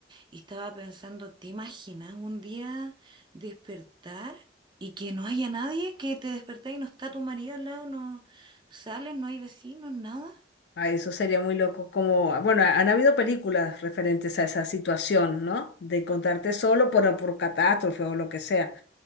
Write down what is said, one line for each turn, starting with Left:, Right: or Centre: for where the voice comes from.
Right: Y estaba pensando, ¿te imaginas un día despertar y que no haya nadie? Que te despertás y no está tu marido al lado, no sales, no hay vecinos, nada.
Left: Ay, eso sería muy loco. Como, bueno, han habido películas referentes a esa situación, ¿no? De encontrarte solo por, por catástrofe o lo que sea.